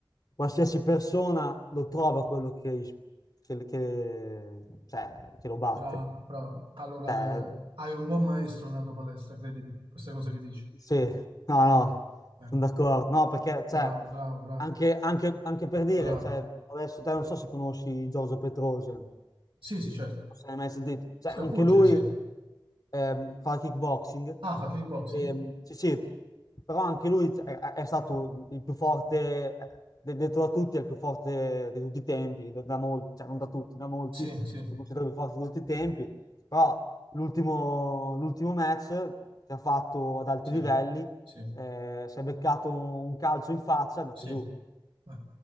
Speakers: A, on the left; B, on the right.
A: qualsiasi persona lo trova quello che, che- che- cioè, che lo batte.
B: Bravo, bravo. Allora,
A: Cioè,
B: eh, hai un buon maestro nella tua palestra, credimi, queste cose che dici.
A: Sì, no, no,
B: Ecco.
A: sono d'accordo. No, perché,
B: Bravo,
A: cioè,
B: bravo, bravo,
A: anche, anche- anche per dire,
B: bravo.
A: cioè, adesso te non so se conosci Giorgio Petrosian, non
B: Sì, sì, certo.
A: so se l'hai mai sentito. Cioè,
B: Sì,
A: anche
B: è un pugile,
A: lui
B: sì.
A: ehm, fa kickboxing.
B: Ah, fa kickboxing?
A: Ehm, sì, sì, però anche lui è, è è stato il più forte, eh, de- detto da tutti, è il più forte di tutti i tempi, da, da molti, cioè non da tutti, da molti,
B: Sì, sì,
A: lo considero il più forte di tutti i tempi, però l'ultimo l'ultimo match che ha fatto ad alti
B: sì,
A: livelli,
B: sì,
A: eh, si è beccato un calcio in faccia, è andato
B: sì.
A: giù.
B: Eh,